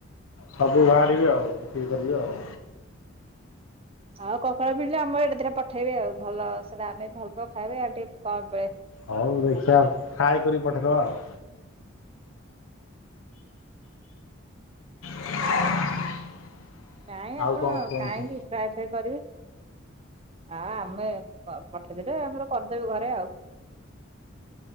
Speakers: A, on the left; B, on the right.
A: ସବୁ ବାହାରିବେ ଆଉ ବିକ୍ରି କରିବେ ଆଉ।
B: ହଁ କଙ୍କଡା ମିଳିଲେ ଆମ ଏଡେ ଦିଟା ପଠେଇବି ଆଉ। ଆଉ ଭଲ ସେଟା ଆମେ ଭଲ ପାଉ ଖାଇବେ ଆଉ ଟିକେ କମ ମିଳେ।
A: ହଉ ଦେଖିବା। ଫ୍ରାଏ କରିକି ପଠେଇଦବା ଆଉ। <unintelligible>
B: ନାଇଁ ଆପଣ
A: ଆଉ କଣ କୁହନ୍ତୁ
B: କାହିଁକି? ଫ୍ରାଏ ଫ୍ରାଇ କରିବେ। ନା ଆମେ ପଠେଇଦେଲେ ଆମର କରିଦେବୁ ଘରେ ଆଉ।